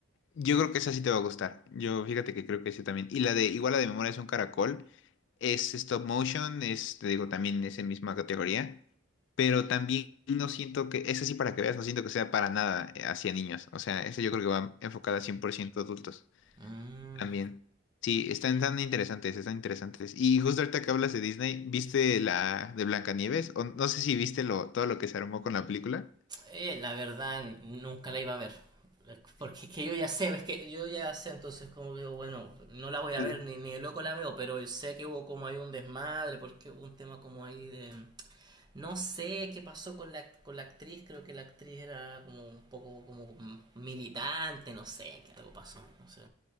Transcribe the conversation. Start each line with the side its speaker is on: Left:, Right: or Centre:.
Left: Yo creo que esa sí te va a gustar. Yo fíjate que creo que ese también. Y la de, igual la de Memoria es un caracol, es stop motion, es, te digo, también es en misma categoría, pero también no siento que, esa sí para que veas, no siento que sea para nada eh, hacia niños. O sea, esa yo creo que va enfocada 100% adultos
Right: mm.
Left: también. Sí, están tan interesantes, están interesantes. Y justo ahorita que hablas de Disney, ¿viste la de Blancanieves? O no sé si viste lo, todo lo que se armó con la película.
Right: Eh, la verdad, nunca la iba a ver. Porque es que yo ya sé, es que yo ya sé, entonces como que digo, bueno, no la voy a
Left: Sí.
Right: ver, ni, ni de loco la veo, pero sé que hubo como ahí un desmadre, porque hubo un tema como ahí de... No sé qué pasó con la, con la actriz, creo que la actriz era como un poco como militante, no sé, que algo pasó, no sé.